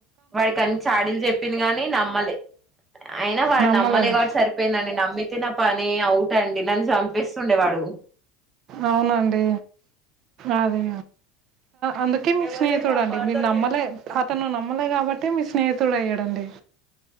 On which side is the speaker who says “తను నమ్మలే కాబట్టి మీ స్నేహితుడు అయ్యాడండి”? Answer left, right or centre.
Right